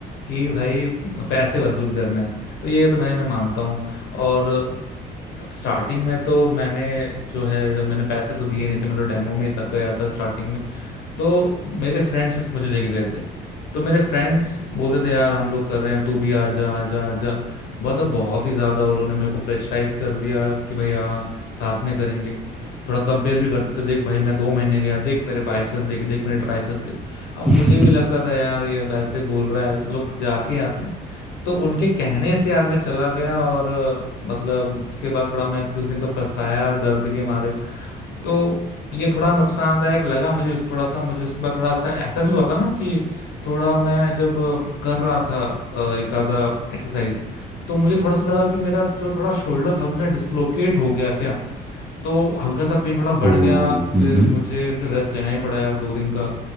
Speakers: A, on the left; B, in the centre.
A: कि भाई पैसे वसूल करना है तो ये तो भाई मैं मानता हूँ और अब स्टार्टिंग में तो मैंने जो है जब मैंने पैसे तो दिए नहीं थे मैं तो डेमो में ही था, गया था स्टार्टिंग में तो मेरे फ्रेंड्स मुझे लेके गए थे तो मेरे फ्रेंड्स बोलते थे यार हम लोग कर रहे हैं तू भी आ जा आ जा आ जा मतलब बहुत ही ज्यादा वो लोगों ने मेरे को प्रेशराइज कर दिया कि भाई हाँ साथ में करेंगे थोड़ा कंपेयर भी करते थे देख भाई मैं दो महीने गया देख मेरे बाइसेप देख देख मेरे ट्राइसेप देख अब मुझे
B: <laughs>
A: भी लगता था यार ये ऐसे बोल रहा है चलो जाके आते हैं तो उनके कहने से यार मैं चला गया और अ, मतलब उसके बाद थोड़ा मैं कुछ दिन तो पछताया यार दर्द के मारे तो ये थोड़ा नुकसानदायक लगा मुझे उस- थोड़ा सा मुझे उसके बाद थोड़ा सा ऐसा भी हुआ था ना कि थोड़ा मैं जब अ, कर रहा था अ, एक आधा एक्सरसाइज तो मुझे थोड़ा सा लगा कि मेरा जो थोड़ा शोल्डर हल्का सा डिसलोकेट हो गया क्या तो हल्का सा पेन थोड़ा बढ़
B: <laughs> ओ
A: गया
B: हम्म
A: फिर मुझे फिर रेस्ट लेना ही पड़ा यार दो दिन का